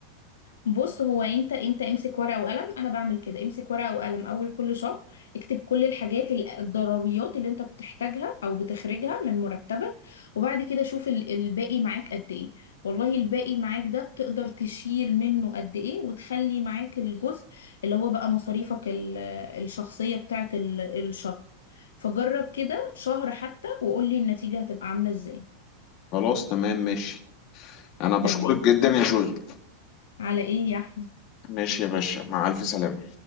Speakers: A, on the left; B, on the left.
A: بص هو انت انت امسك ورقه وقلم انا بعمل كده امسك ورقه وقلم اول كل شهر اكتب كل الحاجات ال- الضروريات اللي انت بتحتاجها او بتخرجها من مرتبك وبعد كده شوف ال- الباقي معاك قد ايه والله الباقي معاك ده تقدر تشيل منه قد ايه وتخلي معاك الجزء اللي هو بقى مصاريفك ال- الشخصيه بتاعت ال- الشهر فجرب كده شهر حتى وقولي النتيجه هتبقى عامله ازاي
B: خلاص تمام ماشي انا بشكرك
A: تمام
B: جدا يا زوزو
A: على ايه يا احمد
B: ماشي يا باشا مع الف سلامة